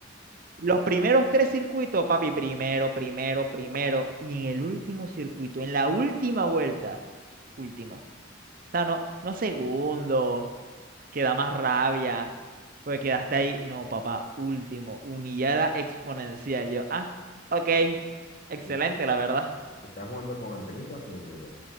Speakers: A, on the right (about 45°); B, on the left (about 40°).
A: Los primeros tres circuitos, papi, primero, primero, primero. Y en el último circuito, en la última vuelta, último. O sea, no, no segundo, que da más rabia, porque quedaste ahí. No, papá, último, humillada exponencial. Yo, ah, ok, excelente,
B: ¿Y
A: la verdad.
B: ¿Estás jugando con antenita o sin antenita?